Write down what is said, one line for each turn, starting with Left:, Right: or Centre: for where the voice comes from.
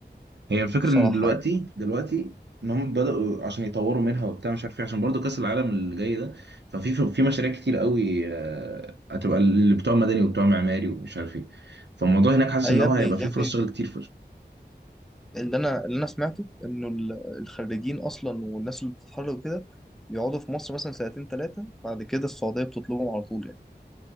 Right: هي الفكره
Centre: صراحه
Right: ان دلوقتي
Centre: يعني
Right: دلوقتي ان هم بداوا عشان يطوروا منها وبتاع مش عارف ايه عشان برضو كاس العالم اللي جاي ده ففي في مشاريع كتير قوي آه، هتبقى اللي بتوع مدني وبتوع معماري ومش عارف ايه فالموضوع هناك حاسس
Centre: اي
Right: ان
Centre: يا
Right: هو
Centre: ابني
Right: هيبقى فيه
Centre: يا ابني
Right: فرص شغل كتير
Centre: اللي انا اللي انا سمعته انه ال- الخريجين اصلا والناس اللي بتتخرج وكده بيقعدوا في مصر مثلا سنتين ثلاثه بعد كده السعوديه بتطلبهم على طول يعني